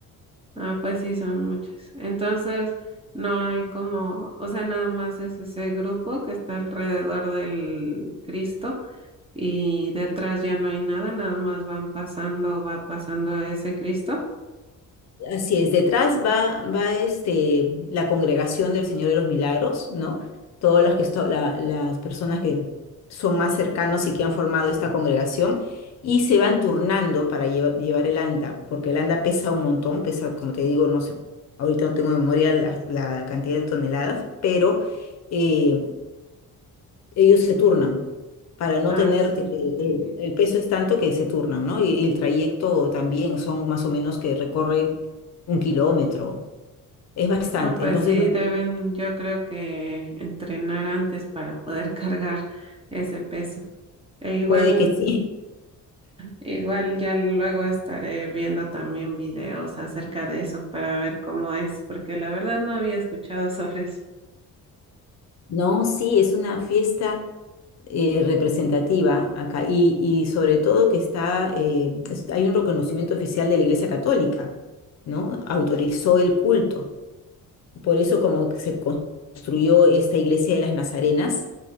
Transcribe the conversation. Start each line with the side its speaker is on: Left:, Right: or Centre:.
Right: Ah, pues sí, son muchas. Entonces, no hay como, o sea, nada más es ese grupo que está alrededor del Cristo y detrás ya no hay nada, nada más van pasando, va pasando ese Cristo
Left: Así es, detrás va, va este, la congregación del Señor de los Milagros, ¿no? Todas las, que esto- la- las personas que son más cercanos y que han formado esta congregación y se van turnando para lleva- llevar el anda, porque el anda pesa un montón, pesa, como te digo, no sé, ahorita no tengo en memoria la, la cantidad de toneladas, pero eh, ellos se turnan para no
Right: Ah,
Left: tenerte
Right: sí, yo
Left: que el,
Right: entendí.
Left: el peso es tanto que se turnan, ¿no? Y, y el trayecto también son más o menos que recorren un kilómetro, es bastante,
Right: No, pues
Left: entonces
Right: sí,
Left: van
Right: deben,
Left: turnados.
Right: yo creo que entrenar antes para poder <laughs> cargar ese peso. E igual,
Left: puede que sí.
Right: igual ya luego estaré viendo también videos acerca de eso para ver cómo es, porque la verdad no había escuchado <laughs> sobre eso.
Left: No, sí, es una fiesta eh, representativa acá y, y sobre todo que está, eh, es- hay un reconocimiento oficial de la Iglesia Católica, ¿no? Autorizó el culto, por eso como que se construyó esta iglesia de las Nazarenas